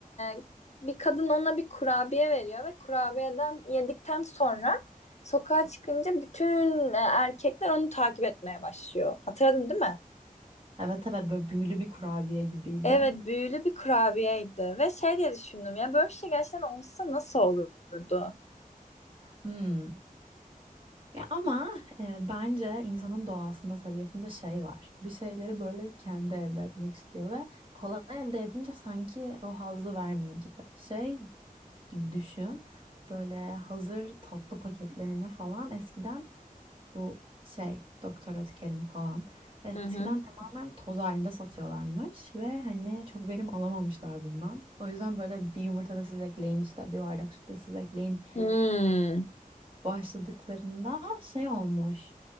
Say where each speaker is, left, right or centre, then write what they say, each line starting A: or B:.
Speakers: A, on the left; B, on the right.
A: e, bir kadın ona bir kurabiye veriyor ve kurabiyeden yedikten sonra sokağa çıkınca bütün e, erkekler onu takip etmeye başlıyor. Hatırladın değil mi?
B: Evet evet böyle büyülü bir kurabiye gibiydi.
A: Evet, büyülü bir kurabiyeydi ve şey diye düşündüm ya böyle bir şey gerçekten olsa nasıl olurdu?
B: Hmm. Ya ama e, bence insanın doğasında tabiatında şey var. Bir şeyleri böyle kendi elde etmek istiyor ve kolay elde edince sanki o hazzı vermiyor gibi. Şey gibi düşün. Böyle hazır tatlı paketlerine falan eskiden Bu şey Doktor Ötker'in falan. Eskiden
A: Hı hı.
B: tamamen toz halinde satıyorlarmış ve hani çok verim alamamışlar bundan. O yüzden böyle bir yumurta da siz ekleyin işte bir bardak süt de siz ekleyin
A: Hmm.
B: başladıklarında şey olmuş.